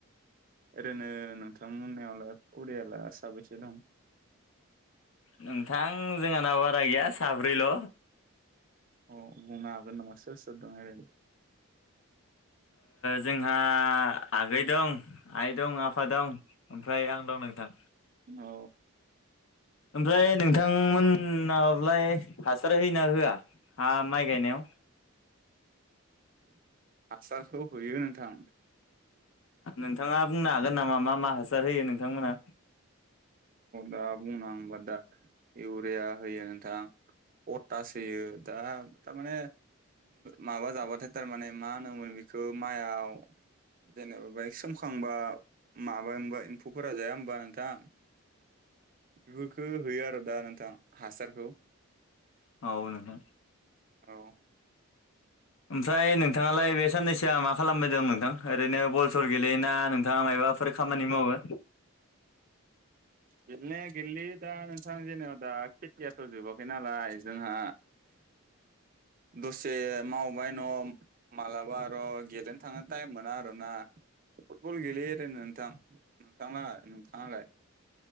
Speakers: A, on the right; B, on the left.
A: ओरैनो नोंथांमोननियावलाय फरियाला साबैसे दं।
B: नोंथां जोंहानाव बारा गैया साब्रैल'
A: अ बुंनो हागोन नामा सोर सोर दं ओरैनो
B: जोंहा आगै दं। आइ दं आफा दं ओमफ्राय आं दं नोंथां।
A: औ।
B: ओमफ्राय नोंथांमोनलाय हासार हो ना होआ हा माइ गायनायाव?
A: आसारखौ होयो नोंथां।
B: नोंथाङा बुंनो हागोन नामा मा मा हासार होयो नोंथांमोना?
A: दा बुंना हबा दा इउरिया होयो नोंथां। पथास होयो दा माने माबा जाबाथाय दा माने मा होनोमोन बेखौ माइआव जेनेबा बाइक सोमखांबा माबा होनबा एम्फौफोरा जाया होनोमबा नोंथां? बेफोरखौ होयो आरो दा नोंथां हासारखौ
B: औ नोंथां।
A: औ।
B: ओमफ्राय नोंथाङालाय बे साननैसोआ मा खालामबायदोंं नोंथां ओरैनो बल सल गेलेनाय योना नोंथाङा मायबाफोर खामानि मावो?
A: गेलनाया गेललि दा नोंथां जेनेबा दा खेथियाथ' जोबाखै नालाय जोंहा। दसे मावबाय न' मालाबा आरो' गेलेनो थांनो टाइम मोना आरो ना फुटबल गेलेयो ओरैनो नोंथां। नोंथाङा नोंथाङालाय?